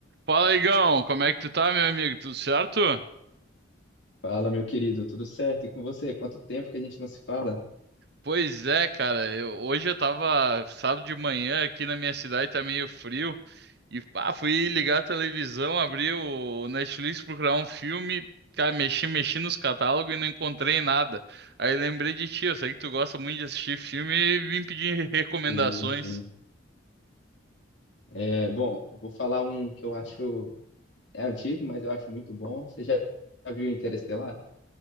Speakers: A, on the right; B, on the left.
A: Fala, Igão, como é que tu tá, meu amigo? Tudo certo?
B: Fala, meu querido, tudo certo? E com você? Quanto tempo que a gente não se fala?
A: Pois é, cara, eu- hoje eu tava sábado de manhã aqui na minha cidade, tá meio frio, e pá, fui ligar a televisão, abri o Netflix, procurar um filme, cara, mexi, mexi nos catálogos e não encontrei nada. Aí lembrei de ti, eu sei que tu gosta muito de assistir filme e vim pedir recomendações.
B: Sim, sim. É, bom, eu vou falar um que eu acho é antigo, mas eu acho muito bom. Você já já viu Interestelar?